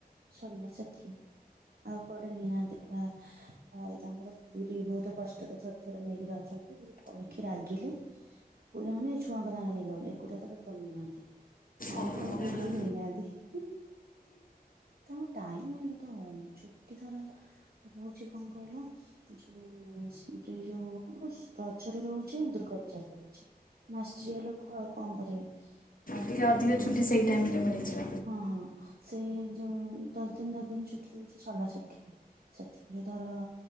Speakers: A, on the right (about 70°); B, on the left (about 55°).
A: ସରିଲା ସେତିକି। ଆଉ କୁଆଡେ ନେଇନାହାନ୍ତି, ଭା-ଭାଇ ତାଙ୍କର ପୁରୀ ବହୁତ କଷ୍ଟରେ ଥର ଥରେ ନେଇକି ଯାଉଛନ୍ତି ଫେର୍ କହିିକି ରାଗିଲେ ପୁରୀ ମାନେ ଏଇ ଛୁଆଙ୍କ ସାଙ୍ଗରେ ନେଇକି ଯାଉଚୁ, ଏକୁଟିଆ ତ କେତଳେ ନଉ ନାହାନ୍ତି। ଆଉ
B: ଓହୋ ହୁଁ
A: କୁଆଡ଼େ ବୁଲେଇ ନେଇନାହାନ୍ତି କି ତାଙ୍କୁ ଟାଇମ୍ ମେନ୍ କଥା ହଉନି, ଛୁଟି ଧର ହଉଛି କଣ କହିଲ? ଯୋଉ ସେଠି ଯୋଉ ଅସ୍ ରଜର ରେ ରହୁଛି, ଆ, ଦୁର୍ଗା ପୂଜାରେ ରହୁଛି। ମାଷ୍ଟରିଆ ଲୋକ ଆଉ କଣ କରିବେ, ଅ,
B: ଟିକେ
A: ଯେ
B: ଅଧିକ
A: ତ ହଁ,
B: ଛୁଟି ସେଇ ଟାଇମରେ ମିଳିଯିବ
A: ହଁ ସେଇ ଯୋଉ ଦଶ ଦିନ ଦଶ ଦିନ ଛୁଟି ଦଉଛି ସଲା ସେତିକି ଦିନ, ସେତିକି ରେ ଧର